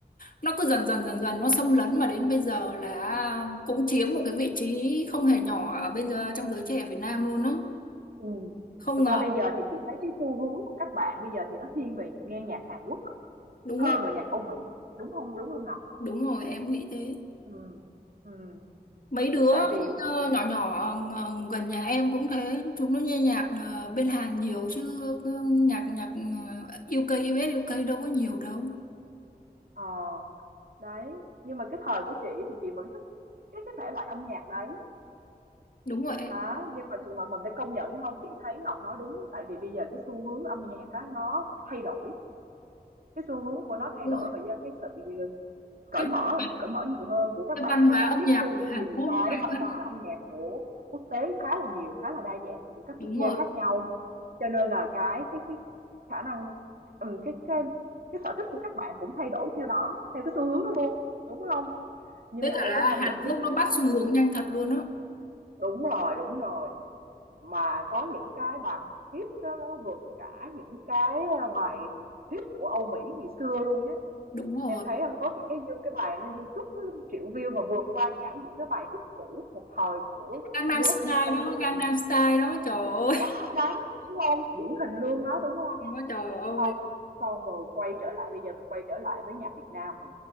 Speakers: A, on the left; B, on the right.
A: nó cứ dần dần dần dần nó xâm lấn mà đến bây giờ là cũng chiếm một cái vị trí không hề nhỏ ở bây giờ trong giới trẻ Việt Nam luôn đó
B: ừ
A: không
B: Thực
A: ngờ
B: ra bây giờ thì chị thấy cái xu hướng của các bạn bây giờ thì nó thiên về nghe nhạc Hàn Quốc
A: đúng
B: hơn
A: rồi
B: là nhạc Âu Mỹ, đúng không? Đúng không Ngọc?
A: đúng rồi em cũng nghĩ thế
B: Ừ. Ừ.
A: mấy đứa
B: Tại vì
A: ờ, nhỏ nhỏ ờ, gần nhà em cũng thế chúng nó nghe nhạc ờ, bên Hàn nhiều chứ cứ nhạc nhạc ờ, UK US UK đâu có nhiều đâu
B: ờ đấy, nhưng mà cái thời của chị thì chị vẫn thích cái cái thể loại âm nhạc đấy
A: đúng rồi em
B: đó nhưng mà thực mà mình phải công nhận không chị thấy Ngọc nói đúng á, tại vì bây giờ cái xu hướng âm nhạc á nó thay đổi cái xu hướng của nó
A: đúng
B: thay đổi
A: rồi
B: và do cái sự ờ, cởi
A: cái
B: mở
A: văn hóa,
B: cởi mở nhiều hơn của các
A: cái
B: bạn
A: văn
B: các
A: hóa
B: bạn
A: âm
B: tiếp
A: nhạc
B: thu
A: của
B: được
A: Hàn
B: nhiều
A: Quốc
B: cái
A: nó mạnh
B: văn
A: lắm
B: hóa âm nhạc của quốc tế khá là nhiều khá là đa dạng của các
A: đúng
B: quốc gia
A: rồi
B: khác nhau cho nên là cái cái cái, cái khả năng ừ, cái cái cái sở thích của các bạn cũng thay đổi theo đó theo cái xu hướng đó luôn đúng không nhưng
A: với
B: mà em
A: cả là
B: có công
A: Hàn
B: nhận với
A: Quốc
B: chị
A: nó
B: rằng
A: bắt xu hướng nhanh thật luôn đó
B: đúng rồi đúng rồi mà có những cái bài hit đó, nó vượt cả những cái ờ, bài hit của Âu Mỹ ngày xưa luôn nhé
A: đúng rồi
B: em thấy có những cái view- cái bài nó YouTube nó triệu view mà vượt qua ngã những cái bài hit cũ một thời của
A: Gangnam
B: US
A: Style
B: UK
A: đó
B: luôn
A: Gangnam
B: mà
A: Style đó trời ơi
B: đó đó đúng không điển hình luôn đó đúng không
A: nó trời ơi
B: không, xong rồi quay trở lại bây giờ mình quay trở lại với nhạc Việt Nam nè.